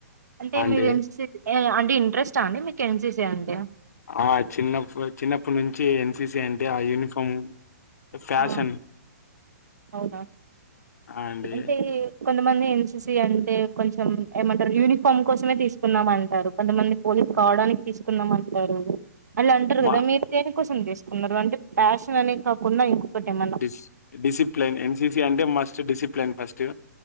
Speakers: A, on the right; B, on the left.
A: అంటే
B: అండి
A: మీరు ఎన్ సి <unintelligible> అంటే ఇంట్రెస్ట్ ఆ అండి మీకు ఎన్ సి సీ అంటే
B: ఆ చిన్నప్పు చిన్నప్పుడి నుంచి ఎన్ సి సి అంటే ఆ యూనిఫామ్ ఫ్యాషన్
A: ఆ అవునా
B: ఆ అండి
A: అంటే కొంతమంది ఎన్సిసి అంటే కొంచెం ఏమంటారు యూనిఫామ్ కోసమే తీసుకున్నామంటారు కొంతమంది పోలీస్ కావడానికి తీసుకున్నాం అంటారు అలా అంటారు
B: మా
A: కదా మీరు దేనికోసం తీసుకున్నారు అంటే ప్యాషన్ అనే కాకుండా ఏమన్నా
B: డిస్ డిసిప్లిన్ ఎన్సిసి అంటే మస్ట్ డిసిప్లిన్ ఫస్ట్